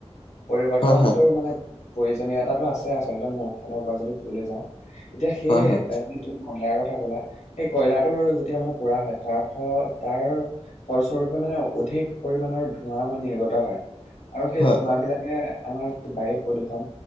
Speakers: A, on the left; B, on the left.
A: পৰিৱৰ্তনটোৰ
B: হয় হয়
A: মানে প্ৰয়োজনীয়তাটো আছে আচলতে মোৰ ফালৰ পৰা যদি ক'বলৈ যাওঁ। এতিয়া সেই
B: হয় হয়
A: এই যি তুমি কয়লাৰ কথা সেই কয়লাটোৰ যেতিয়া মানে পুৰা হয় তাৰ ফা তাৰ ফলস্বৰূপে মানে অধিক পৰিমানৰ ধোঁৱা মানে নিৰ্গত হয় আৰু সেই
B: হয়
A: এইবিলাকে আমাৰ বায়ু প্ৰদূষণ